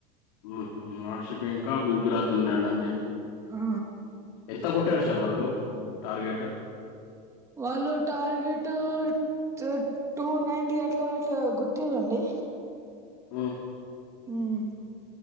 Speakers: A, on the left; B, on the right.
A: ఉహూ ఆర్ సీబీ ఇంకా గుజరాత్ ఉండెనా అండి
B: ఆ
A: ఎంత కొట్టారు తారు వాళ్ళు టార్గెట్
B: వాళ్ళు టార్గెట్ టు టూ నైన్టి అట్లా ఇట్లా కొట్టిర్రండి
A: అ <inaudible>
B: ఉమ్